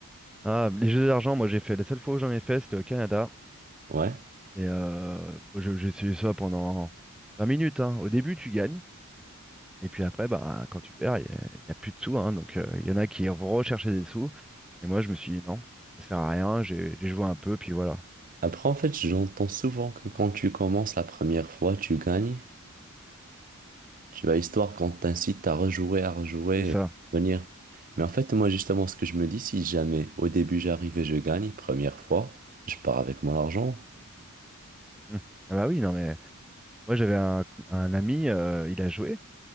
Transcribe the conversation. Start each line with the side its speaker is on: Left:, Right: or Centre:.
Centre: Ah, les jeux d'argent, moi j'ai fait, la seule fois où j'en ai fait, c'était au Canada.
Right: Ouais.
Centre: Et euh, bon, j'ai j'ai essayé ça pendant 20 minutes, hein. Au début, tu gagnes. Et puis après, ben, quand tu perds, il n'y a, y a plus de sous. hein. donc, euh, il y en a qui vont rechercher des sous. Et moi, je me suis dit, non, ça sert à rien. J'ai j'ai joué un peu, puis voilà.
Right: Après, en fait, j'entends souvent que quand tu commences la première fois, tu gagnes. Tu vas histoire qu'on t'incite à rejouer, à rejouer,
Centre: C'est ça.
Right: à venir. Mais en fait, moi, justement, ce que je me dis, si jamais au début j'arrive et je gagne, première fois, je pars avec mon argent.
Centre: Mm. Ah bah oui, non, mais moi, j'avais un, un ami, euh, il a joué.